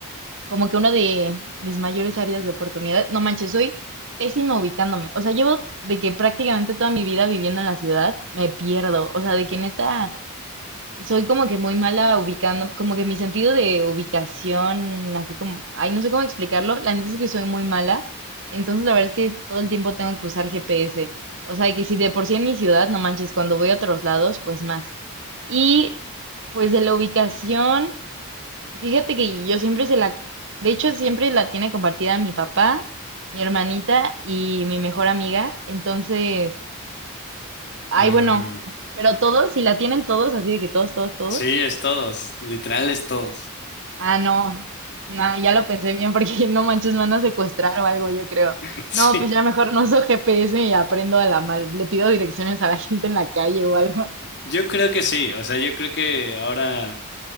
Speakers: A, on the right; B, on the left.
A: como que una de mis mayores áreas de oportunidad, no manches, soy pésima ubicándome. O sea, llevo de que prácticamente toda mi vida viviendo en la ciudad, me pierdo. O sea, de que neta soy como que muy mala ubicando, como que mi sentido de ubicación, así como, ay, no sé cómo explicarlo, la neta es que soy muy mala, entonces la verdad es que todo el tiempo tengo que usar GPS, o sea, que si de por sí en mi ciudad, no manches, cuando voy a otros lados, pues más. Y pues de la ubicación, fíjate que yo siempre se la, de hecho siempre la tiene compartida mi papá, mi hermanita y mi mejor amiga, entonces, ay,
B: Ah.
A: bueno, pero todos, si la tienen todos, así de que todos, todos, todos.
B: Sí, es todos, literal es todos.
A: Ah, no. No, ya lo pensé bien porque <laughs> no manches, me van a secuestrar o algo, yo creo.
B: <laughs> Sí,
A: No, pues ya mejor no uso GPS y aprendo a la mal. Le pido direcciones a la <laughs> gente en la calle o algo.
B: yo creo que sí, o sea, yo creo que ahora,